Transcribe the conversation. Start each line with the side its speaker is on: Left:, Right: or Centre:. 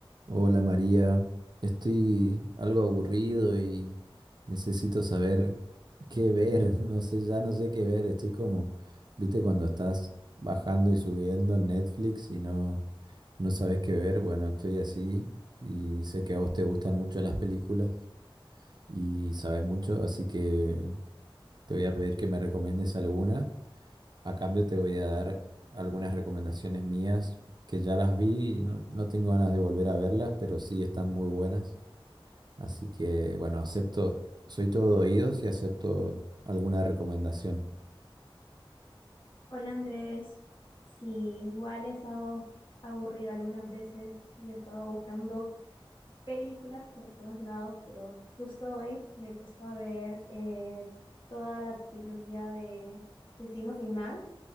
Right: Hola María, estoy algo aburrido y necesito saber qué ver, <laughs> no sé, ya no sé qué ver, estoy como, viste, cuando estás bajando y subiendo en Netflix y no, no sabes qué ver, bueno, estoy así y sé que a vos te gustan mucho las películas y sabes mucho, así que te voy a pedir que me recomiendes alguna, a cambio te voy a dar algunas recomendaciones mías que ya las vi y no, no tengo ganas de volver a verlas, pero sí están muy buenas. Así que, bueno, acepto, soy todo oídos y acepto alguna recomendación.
Left: Hola Andrés, sí, igual he estado aburrida algunas veces y he estado buscando películas por todos lados, pero justo hoy me he puesto a ver eh, toda la trilogía de Destino Final,